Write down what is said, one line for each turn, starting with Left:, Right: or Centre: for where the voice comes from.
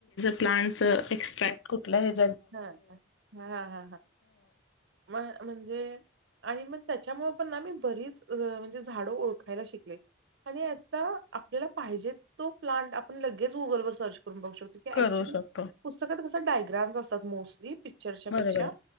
Left: प्लांट एक्स्ट्रॅक्ट कुठ <unintelligible>
Right: हा ह हा ह म म्हणजे? आणि मग त्याच्यामुळं पण आम्ही, बरीच म्हणजे झाडं ओळखायला शिकले. आणि आता आपल्याला पाहिजे तो प्लांट आपण लगेच गुगलवरर सर्च करून बघू शकतो
Left: करू
Right: ऍक्च्युली
Left: शकतो
Right: पुस्तकात कशे डायग्राम असतात मोस्टली चर्चापेक्षा
Left: बरोबर आहे